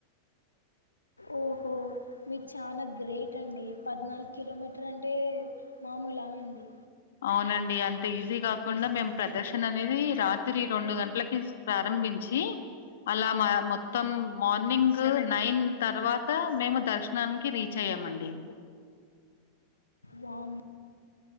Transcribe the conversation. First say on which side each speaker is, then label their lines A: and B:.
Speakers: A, on the left; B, on the left.
A: ఓహో మీరు చానా గ్రేట్ అండి. పద్నాలుగు కిలోమీటర్ అంటే మామూలా అండి.
B: అవునండి. అంత ఈజీ కాకుండా మేము ప్రదర్శన అనేది రాత్రి రెండు గంటలకి ప్రారంభించి. అలా మా మొత్తం మార్నింగ్ నైన్ తర్వాత మేము దర్శనానికి రీచ్ అయ్యామండి.
A: వామ్మో